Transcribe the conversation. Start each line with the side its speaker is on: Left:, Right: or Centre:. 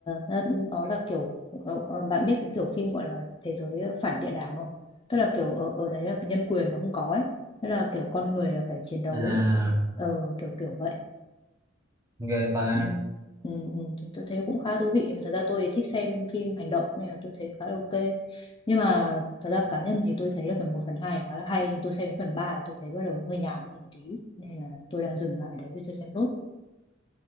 Left: nó, nó là kiểu ờ, ờ, bạn biết cái kiểu phim gọi là thế giới phản địa đàng không tức là kiểu ở ở đấy là nhân quyền nó không có ấy tức là kiểu con người là phải chiến đấu
Right: à
Left: để ờ, kiểu kiểu vậy
Right: ghê ta
Left: ừ, ừ, ừ, thì tôi thấy cũng khá thú vị thật ra tôi thích xem phim hành động nên là tôi thấy khá là ok nhưng mà thật ra cá nhân thì tôi thấy là phần một phần 2 khá là hay tôi xem đến phần 3 thì tôi thấy bắt đầu hơi nhàm đi một tí nên là tôi đang dừng lại ở đấy tôi chưa xem nốt